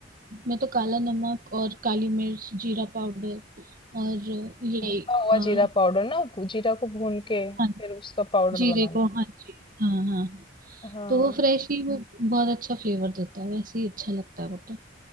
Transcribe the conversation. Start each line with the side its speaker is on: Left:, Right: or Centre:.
Right: मैं तो काला नमक और काली मिर्च जीरा पाउडर और ये
Left: भुना हुआ
Right: अ,
Left: जीरा पाउडर ना भू- जीरा को भून के फिर
Right: हाँ
Left: उसका पाउडर
Right: जीरे
Left: बनाना
Right: को हाँ जी हाँ हाँ
Left: हाँ
Right: तो वो फ्रेश ही वो बहुत अच्छा फ्लेवर देता है वैसे ही अच्छा लगता है वो तो